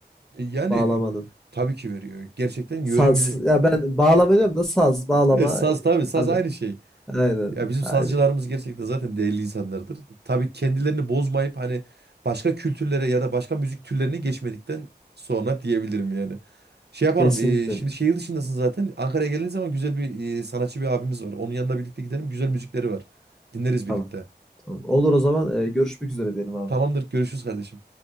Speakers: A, on the right (about 70°); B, in the centre.
A: E, Yani
B: Bağlamanın.
A: tabii ki veriyor. Gerçekten yöremizi.
B: Saz. Ya ben bağlama diyorum da saz, bağlama
A: E, saz
B: e,
A: tabii saz
B: tabii.
A: aynı şey.
B: Aynen,
A: Ya bizim
B: aynen.
A: sazcılarımız gerçekten zaten değerli insanlardır. E, Tabii kendilerini bozmayıp hani başka kültürlere ya da başka müzik türlerine geçmedikten sonra diyebilirim yani. Şey yapalım.
B: Kesinlikle.
A: e, şimdi şehir dışındasın zaten. Ankara'ya geldiğin zaman güzel bir e, sanatçı bir abimiz var. Onun yanına birlikte gidelim. Güzel müzikleri var. Dinleriz birlikte.
B: Tamam, tamam. Olur o zaman e, görüşmek üzere diyelim abi.
A: Tamamdır görüşürüz kardeşim.